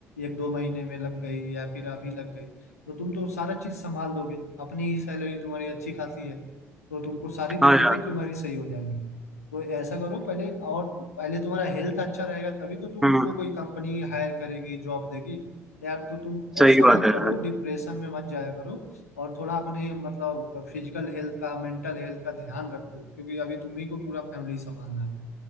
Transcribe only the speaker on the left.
एक दो महीने में लग गई या फिर अभी लग गई तो तुम तो सारा चीज संभाल दोगे अपनी ही सैलरी तुम्हारी अच्छी खासी है तो तुमको सारी
दिक्कतें
तुम्हारी सही हो जाएंगी तो ऐसा करो पहले और पहले तुम्हारा हेल्थ अच्छा रहेगा तभी तो तुमको
कोई कंपनी हायर करेगी जॉब देगी यार तो तुम
ऐसा मत
हम्म
करो
डिप्रेशन में मत जाया करो और थोड़ा अपने मतलब फिजिकल हेल्थ का मेंटल हेल्थ का ध्यान रखो क्योंकि अभी तुम्ही को पूरा फैमिली संभालना है